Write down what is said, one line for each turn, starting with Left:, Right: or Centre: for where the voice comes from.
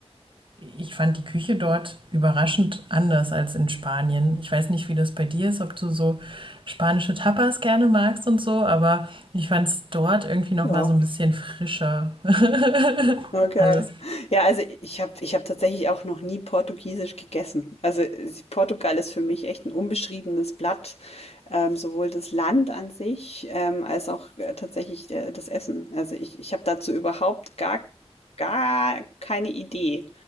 Right: Ich fand die Küche dort überraschend anders als in Spanien. Ich weiß nicht, wie das bei dir ist, ob du so spanische Tapas gerne magst und so, aber ich fand es dort irgendwie noch
Left: Ja,
Right: mal so ein bisschen frischer. <laughs>
Left: okay.
Right: Alles.
Left: Ja, also ich habe ich hab tatsächlich auch noch nie Portugiesisch gegessen. Also äh, Portugal ist für mich echt ein unbeschriebenes Blatt. ähm, sowohl das Land an sich ähm, als auch äh, tatsächlich äh, das Essen. Also ich, ich habe dazu überhaupt gar, gar keine Idee.